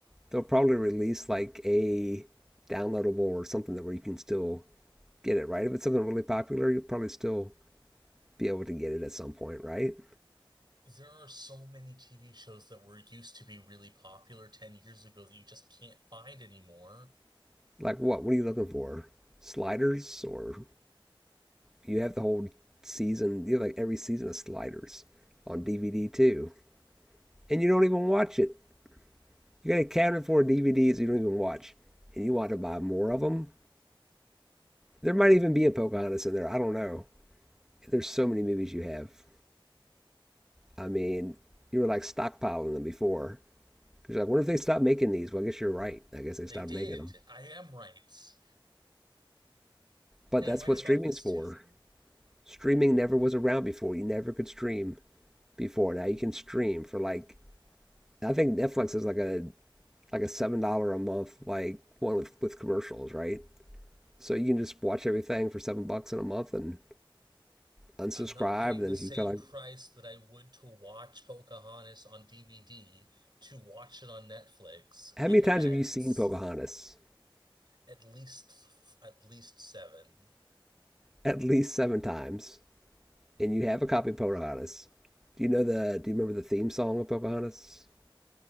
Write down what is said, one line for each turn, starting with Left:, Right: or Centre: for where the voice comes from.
Centre: They'll probably release like a downloadable or something that where you can still get it, right? If it's something really popular, you'll probably still be able to get it at some point, right?
Right: There are so many TV shows that were used to be really popular 10 years ago that you just can't find anymore.
Centre: Like what? What are you looking for? Sliders or you have the whole season, you have like every season of Sliders on DVD too. And you don't even watch it. You got a cabinet full of DVDs you don't even watch, and you want to buy more of them. There might even be a Pocahontas in there. I don't know. There's so many movies you have. I mean, you were like stockpiling them before because you're like, what if they stop making these? Well, I guess you're right. I guess they
Right: They
Centre: stopped
Right: did.
Centre: making them.
Right: I am right.
Centre: But
Right: And
Centre: that's
Right: I'm right
Centre: what
Right: about
Centre: streaming's
Right: this
Centre: for.
Right: too.
Centre: Streaming never was around before. You never could stream before. Now you can stream for like I think Netflix is like a like a seven dollar a month like one with with commercials, right? So you can just watch everything for seven bucks in a month and unsubscribe.
Right: I'm not paying
Centre: Then
Right: the
Centre: if
Right: same
Centre: you feel like,
Right: price that I would to watch Pocahontas on DVD to watch it on Netflix
Centre: how
Right: with
Centre: many times
Right: ads.
Centre: have you seen Pocahontas?
Right: At least, at least seven.
Centre: At least seven times. And you have a copy of Pocahontas. Do you know the? Do you remember the theme song of Pocahontas?